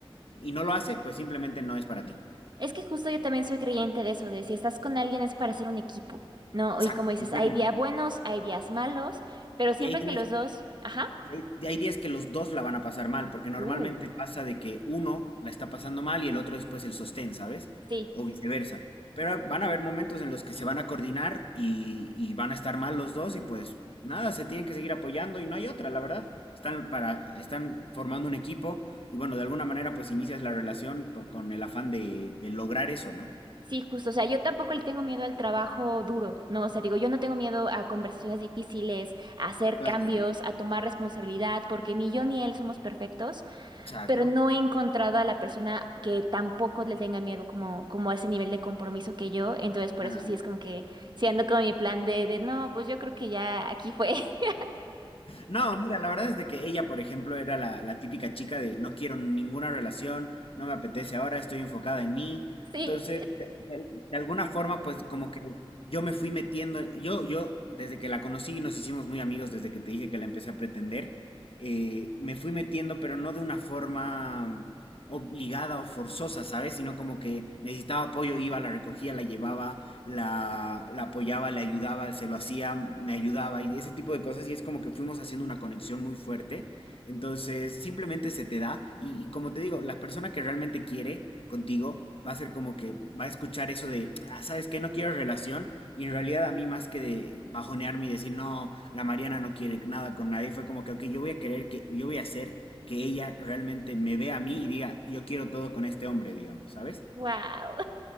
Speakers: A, on the left (about 75°); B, on the right (about 50°).
A: y no lo hace, pues simplemente no es para ti.
B: Es que justo yo también soy creyente de eso, de si estás con alguien es para ser un equipo, ¿no?
A: Exacto,
B: Y como dices,
A: completamente.
B: hay días buenos, hay días malos, pero siempre
A: Y hay días,
B: que los dos, ajá,
A: hay, hay días que los dos la van a pasar mal, porque normalmente
B: uh,
A: pasa de que uno la está pasando mal y el otro es pues el sostén, ¿sabes?
B: sí,
A: O viceversa. Pero van a haber momentos en los que se van a coordinar y, y van a estar mal los dos y pues nada, se tienen que seguir apoyando y no hay otra, la verdad. Están, para, están formando un equipo y bueno, de alguna manera pues inicias la relación po- con el afán de, de lograr eso, ¿no?
B: sí, justo, o sea, yo tampoco le tengo miedo al trabajo duro, ¿no? O sea, digo, yo no tengo miedo a conversaciones difíciles, a hacer
A: Claro.
B: cambios, a tomar responsabilidad, porque ni yo ni él somos perfectos.
A: Exacto.
B: pero no he encontrado a la persona que tampoco le tenga miedo como, como a ese nivel de compromiso que yo. Entonces, por
A: Claro.
B: eso sí es como que si ando con mi plan de, de no, pues yo creo que ya aquí fue. <laughs>
A: No, mira, la verdad es de que ella, por ejemplo, era la, la típica chica de no quiero ninguna relación, no me apetece ahora, estoy enfocada en mí.
B: Sí,
A: Entonces, de, de- de alguna forma, pues como que yo me fui metiendo, yo, yo, desde que la conocí, nos hicimos muy amigos, desde que te dije que la empecé a pretender, eh, me fui metiendo, pero no de una forma obligada o forzosa, ¿sabes? Sino como que necesitaba apoyo, iba, la recogía, la llevaba, la, la apoyaba, le ayudaba, se lo hacía, me ayudaba y ese tipo de cosas y es como que fuimos haciendo una conexión muy fuerte. Entonces, simplemente se te da y, y como te digo, la persona que realmente quiere contigo va a ser como que va a escuchar eso de, ah, ¿sabes qué? No quiero relación y en realidad a mí más que de bajonearme y decir, no, la Mariana no quiere nada con nadie, fue como que, ok, yo voy a querer que, yo voy a hacer que ella realmente me vea a mí y diga, yo quiero todo con este hombre, digamos, ¿sabes?
B: wow.